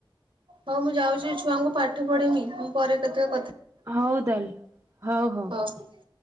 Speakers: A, on the right (about 70°); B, on the right (about 40°).
A: ହଉ ମୁଁ ଯାଉଛି ଛୁଆଙ୍କୁ ପାଠ ପଢେଇମି ମୁଁ ପରେ କେତେ କଥା
B: ହଉ ତାହେଲେ ହଉ ହଉ।
A: <inaudible>